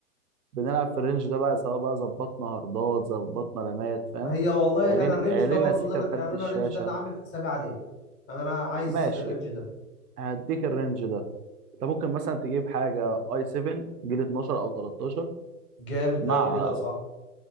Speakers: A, on the right; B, on the left.
A: بنلعب في الرينج ده بقى سواء بقى ظبطنا هاردات ظبطنا رامات فاهم
B: هي والله
A: علينا
B: انا الرينج
A: علينا
B: ده برضو
A: سيكا
B: اللي انا
A: بكارت
B: يعني
A: الشاشه
B: انا الرينج ده اللي عامل حسابي عليه انا انا عايز
A: ماشي
B: في الرينج ده
A: هديك الرينج ده انت ممكن مثلا تجيب حاجه اي 7 جيل 12 او 13
B: جامد
A: مع
B: قوي كده صح